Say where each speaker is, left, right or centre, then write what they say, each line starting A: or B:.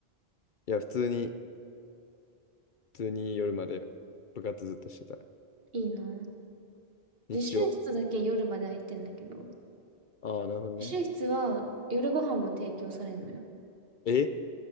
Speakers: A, on the left (about 55°); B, on the right (about 65°).
A: いや、普通に、普通に夜まで部活ずっとしてた。
B: いいな。
A: 日曜。
B: 自習室だけ夜まで空いてんだけど、
A: ああ、なるほどね。
B: 自習室は夜ご飯も提供されんのよ。
A: え